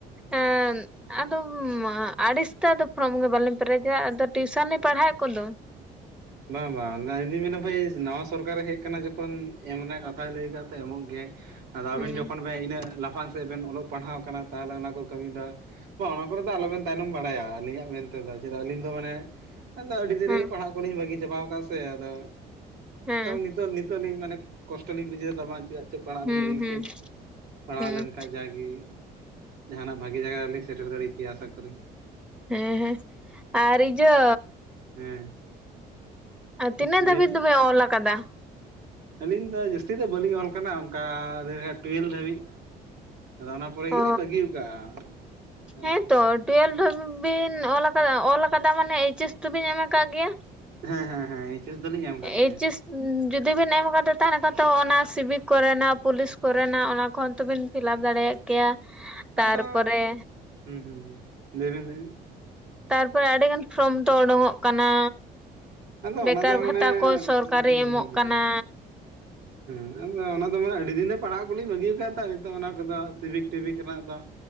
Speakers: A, in the centre; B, on the right.
A: ᱟᱹᱱ ᱟᱫᱚᱢ ᱟᱹᱲᱤᱥ ᱛᱮ ᱟᱫᱚ ᱯᱷᱨᱚᱢ ᱜᱮ ᱵᱟᱞᱤᱧ ᱯᱮᱨᱮᱡᱟ ᱟᱫᱚ ᱴᱤᱭᱩᱥᱟᱱ ᱞᱤᱧ ᱯᱟᱲᱦᱟᱣᱮᱫ ᱠᱚᱫᱚ
B: ᱵᱟᱝ ᱵᱟᱝ ᱚᱱᱟᱤᱧ ᱢᱮᱱᱟ ᱵᱷᱟᱹᱭ ᱱᱟᱣᱟ ᱥᱚᱨᱠᱟᱨ ᱮ ᱦᱮᱡ ᱟᱠᱟᱱᱟ ᱡᱚᱠᱷᱚᱱ ᱮᱢ ᱨᱮᱭᱟᱜ ᱠᱟᱛᱷᱟᱭ ᱞᱟᱹᱭ ᱠᱟᱫ ᱮᱢᱚᱜ ᱜᱮᱭᱟᱭ ᱟᱫᱚ ᱟᱵᱮᱱ
A: ᱦᱩᱸ
B: ᱡᱚᱠᱷᱚᱱ ᱵᱮ ᱤᱱᱟᱹᱜ ᱞᱟᱯᱷᱟᱝ ᱥᱮᱫ ᱵᱮᱱ ᱚᱞᱚᱜ ᱯᱟᱲᱦᱟᱣ ᱟᱠᱟᱱᱟ ᱛᱟᱦᱞᱮ ᱚᱱᱟ ᱠᱚ ᱠᱟᱹᱢᱤ ᱫᱚ ᱵᱟ ᱚᱱᱟ ᱠᱚᱨᱮ ᱫᱚ ᱟᱞᱚᱵᱮᱱ ᱛᱟᱭᱱᱚᱢ ᱵᱟᱲᱟᱭᱟ ᱟᱹᱞᱤᱧᱟᱜ ᱢᱮᱱ ᱛᱮᱫᱚ ᱪᱮᱫᱟᱜ ᱟᱹᱞᱤᱧ ᱫᱚ ᱢᱟᱱᱮ ᱟᱫᱚ ᱟᱹᱰᱤ ᱫᱤᱱ
A: ᱦᱩᱸ
B: ᱨᱤᱜᱤ ᱯᱟᱲᱦᱟᱜ ᱠᱚᱞᱤᱧ ᱵᱟᱹᱜᱤ ᱪᱟᱵᱟᱣ ᱟᱠᱟᱫᱼᱟ ᱥᱮ ᱟᱫᱚ
A: ᱦᱮᱸ
B: ᱱᱤᱛᱚᱜ ᱱᱤᱛᱚᱜ ᱞᱤᱧ ᱢᱟᱱᱮ ᱠᱚᱥᱴᱚ ᱞᱤᱧ ᱵᱩᱡᱷᱟᱹᱣ ᱫᱟ ᱵᱟᱝ ᱪᱮᱫᱟᱜ ᱪᱚ ᱯᱟᱲᱦᱟᱜ
A: ᱦᱩᱸ
B: ᱞᱤᱧ ᱵᱟᱹᱜᱤ
A: ᱦᱩᱸ
B: ᱠᱮᱫ ᱯᱟᱲᱦᱟᱣ
A: ᱦᱩᱸ
B: ᱞᱮᱱᱠᱷᱟᱡ ᱡᱟᱜᱤ ᱡᱟᱦᱟᱱᱟᱜ ᱵᱷᱟᱜᱤ ᱡᱟᱭᱜᱟ ᱨᱮ ᱞᱤᱧ ᱥᱮᱴᱮᱨ ᱫᱟᱲᱮ ᱠᱮᱭᱟ ᱟ ᱪᱟᱠᱨᱤ
A: ᱦᱮᱸ ᱦᱮᱸ ᱟᱨ ᱤᱡᱟᱹ
B: ᱦᱮᱸ
A: ᱟᱨ ᱛᱤᱱᱟᱹᱜ
B: ᱞᱟᱹᱭ
A: ᱫᱷᱟᱹᱵᱤᱡ
B: ᱵᱮᱱ
A: ᱫᱚᱵᱮ ᱚᱞ ᱠᱟᱫᱟ
B: ᱟᱹᱞᱤᱧ ᱫᱚ ᱡᱟᱹᱥᱛᱤ ᱫᱚ ᱵᱟᱹᱞᱤᱧ ᱚᱞ ᱠᱟᱱᱟ ᱚᱱᱠᱟ ᱞᱟᱹᱭ ᱞᱮᱠᱷᱟᱡ ᱴᱩᱭᱮᱞ ᱫᱷᱟᱹᱵᱤᱡ ᱟᱫᱚ ᱚᱱᱟ ᱯᱚᱨᱮ
A: ᱚ
B: ᱜᱮᱞᱤᱧ ᱵᱟᱹᱜᱤᱣ ᱟᱠᱟᱜᱼᱟ ᱦᱮᱸ
A: ᱦᱮᱸᱛᱚ ᱴᱩᱭᱮᱞᱫᱷᱟᱵᱤᱜ ᱵᱤᱱ ᱚᱞ ᱟᱠᱟᱫᱟ ᱚᱞ ᱟᱠᱟᱫᱟ ᱢᱟᱱᱮ ᱮᱪ ᱮᱥ ᱛᱚᱵᱤᱱ ᱮᱢ ᱟᱠᱟᱜ ᱜᱮᱭᱟ
B: ᱦᱮᱸ ᱦᱮᱸ ᱦᱮᱸ ᱮᱪ ᱮᱥ ᱫᱚᱞᱤᱧ ᱮᱢ ᱟᱠᱟᱜ
A: ᱮᱭᱤᱪᱮᱥ
B: ᱜᱮᱭᱟ
A: ᱡᱩᱫᱤ ᱵᱤᱱ ᱮᱢ ᱠᱟᱫᱟ ᱛᱟᱦᱮ ᱠᱷᱟᱱ ᱛᱚ ᱚᱱᱟ ᱥᱤᱵᱤᱠ ᱠᱚᱨᱮᱱᱟᱜ ᱯᱩᱞᱤᱥ ᱠᱚᱨᱮᱱᱟᱜ ᱚᱱᱟ ᱠᱚ ᱛᱚᱵᱤᱱ ᱯᱷᱤᱞᱟᱯ ᱫᱟᱲᱮᱭᱟᱜ ᱠᱮᱭᱟ ᱛᱟᱨᱯᱚᱨᱮ
B: ᱟᱫᱚ ᱦᱩᱸ ᱦᱩᱸ ᱦᱩᱸ ᱞᱟᱹᱭ ᱵᱤᱱ ᱞᱟᱹᱭᱵᱤᱱ
A: ᱛᱟᱨᱯᱚᱨᱮ ᱟᱹᱰᱤ ᱜᱟᱱ ᱯᱷᱨᱚᱢ ᱛᱚ ᱳᱰᱳᱝ-ᱚᱜ ᱠᱟᱱᱟ
B: ᱟᱫᱚ
A: ᱵᱮᱠᱟᱨ
B: ᱚᱱᱟ ᱫᱚ
A: ᱵᱷᱟᱛᱟ
B: ᱢᱟᱱᱮ
A: ᱠᱚ ᱥᱚᱨᱠᱟᱨᱤ
B: ᱦᱩᱸ
A: ᱮ ᱮᱢᱚᱜ
B: ᱦᱩᱸ
A: ᱠᱟᱱᱟ
B: ᱦᱩᱸ ᱦᱮᱸ ᱟᱫᱚ ᱚᱱᱟ ᱫᱚ ᱢᱟᱱᱮ ᱟᱹᱰᱤ ᱫᱤᱱ ᱨᱮ ᱯᱟᱲᱦᱟᱜ ᱠᱚᱞᱤᱧ ᱵᱟᱹᱜᱤ ᱣᱟᱠᱟᱜ ᱛᱚ ᱱᱤᱛᱚᱜ ᱚᱱᱟ ᱠᱚᱫᱚ ᱥᱤᱵᱤᱠ ᱴᱤᱵᱤᱠ ᱨᱮᱱᱟᱜ ᱫᱚ